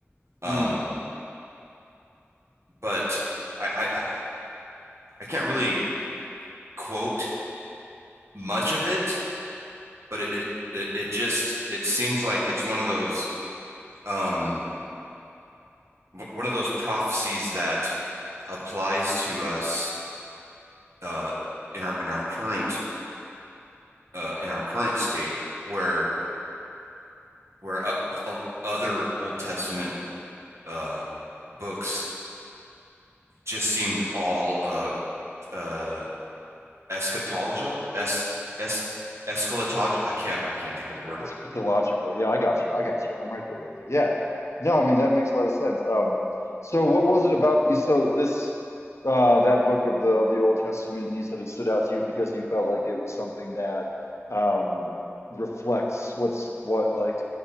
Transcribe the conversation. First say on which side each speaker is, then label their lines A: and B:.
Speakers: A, on the right; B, on the left.
A: Um,
B: Hmm.
A: but I I, I can't really quote much of it, but it, it it just it seems like it's one of those um one of those prophecies that applies to us uh in our in our current uh in our current state where where uh, other Old Testament uh, books just seemed all uh, uh, eschatological, es, es, eschatological. I can't, I can't think of the word.
B: Eschatological. Yeah, I got you. I got you. I'm right there with you. Yeah. No, I mean that makes a lot of sense. Um, so what was it about you? So this uh that book of the of the Old Testament, you said it stood out to you because you felt like it was something that um reflects what's what like